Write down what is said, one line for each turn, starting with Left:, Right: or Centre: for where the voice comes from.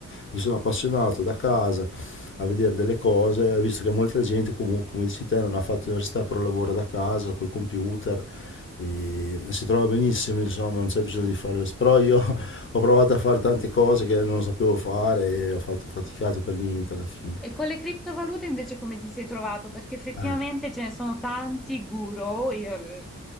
Left: mi sono appassionato da casa a vedere delle cose, visto che molta gente comunque, come dici te, non ha fatto università, però lavora da casa col computer e si trova benissimo, insomma, non c'è bisogno di fare questo. Però io <laughs> ho provato a fare tante cose che non sapevo fare e ho fatto ho faticato per niente alla fine.
Centre: E con le criptovalute invece come ti sei trovato? Perché effettivamente
Left: Eh,
Centre: ce ne sono tanti guru, oh, io l-